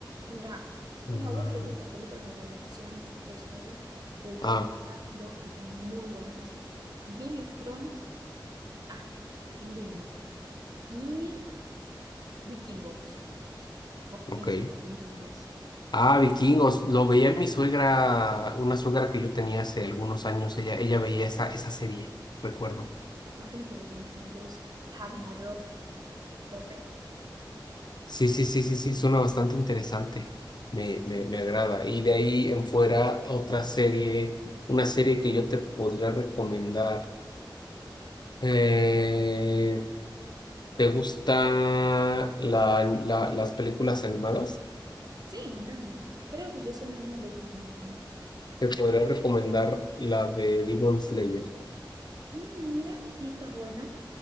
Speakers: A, on the right; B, on the left.
A: Mira, como
B: Mm.
A: a vos te gustan películas de acción o cosas así, te voy
B: Ah,
A: a dar dos que son muy buenas. Game of Thrones, ah, linda. Y Vikingos. Vos
B: ok.
A: tiene que ver Vikingos.
B: Ah, Vikingos. Lo veía mi suegra, una suegra que yo tenía hace algunos años. Ella, ella veía esa, esa serie, recuerdo.
A: Sí, Vos tenés que ver Vikingos, Ragnarok. Perfecto.
B: Sí, sí, sí, sí, sí, suena bastante interesante. Me,
A: sí.
B: me, me agrada. Y de ahí en fuera, otra serie, una serie que yo te podría recomendar. Eh, ¿te gustan la- la- las películas animadas?
A: Sí, me encanta. Creo que yo soy una niña de Disney también.
B: Te podría recomendar
A: Ujú.
B: la de Demon Slayer.
A: Mm, mira, y está buena.